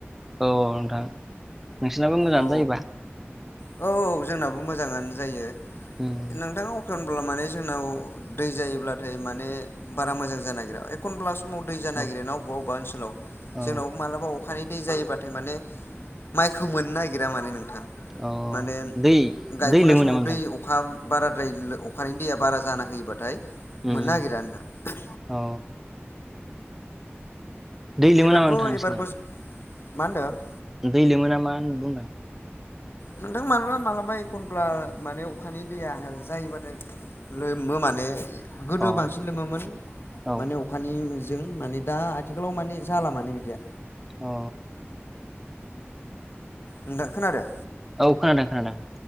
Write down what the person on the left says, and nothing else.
औ
औ औ जोंनाबो मोजाङानो। जायो
नोंथां। एख'नब्ला माने जोंनाव दै जायोब्लाथाय माने बारा मोजां जानो नागिरा एखनब्ला समाव दै जानो नागिरोना
अबा अबा ओनसोलाव
जोंनाव मालाबा अखानि दै जायोबाथाय माने माइखौ नागिरा मान नों माने
गायफुनाय
समाव
दै अखा बाराद्राय अखानि दैया बारा जाना होयोबाथाय
मोननो नागिरा नोंथां।
एबारथ'
एबार मा होनदों?
नोंथां मालाबा मालाबा एख'नब्ला माने अखानि दैया जायोबाथाय लोमो माने गोदो
बांसिन लोमोमोन
माने अखानि जों माने दा आथिखालाव माने जाला मानो बिदिया।
नोंथां खोनादों?